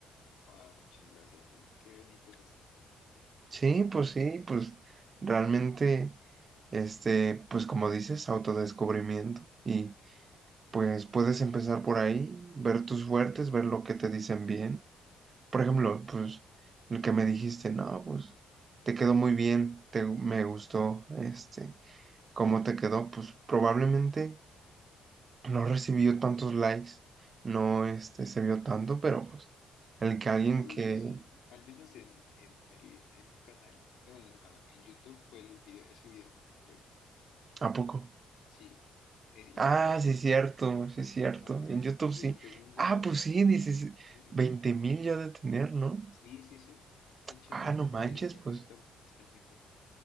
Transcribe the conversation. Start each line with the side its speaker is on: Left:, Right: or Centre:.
Left: Wow, muchas gracias, ¿eh? Qué bonito se siente. <laughs>
Right: Sí, pues sí, pues realmente, este, pues como dices, autodescubrimiento. Y pues puedes empezar por ahí, ver tus fuertes, ver lo que te dicen bien. Por ejemplo, pues el que me dijiste, no, pues te quedó muy bien, te, me gustó, este, cómo te quedó, pues probablemente no recibió tantos likes, no, este, se vio tanto, pero pues el que alguien
Left: No,
Right: que,
Left: de hecho sí. Al menos en, en, el, en un canal, eh, bueno, en un canal, en YouTube fue el video, es el video más visto.
Right: ¿a poco?
Left: Sí, eh, y,
Right: Ah,
Left: y,
Right: sí es cierto, sí es cierto.
Left: ajá,
Right: En YouTube
Left: y
Right: sí.
Left: el segundo,
Right: Ah, pues sí, dices,
Left: sí,
Right: veinte mil ya de tener, ¿no?
Left: sí, sí, sí. De hecho
Right: Ah,
Left: es bastante,
Right: no manches,
Left: está
Right: pues,
Left: muy top, está muy top,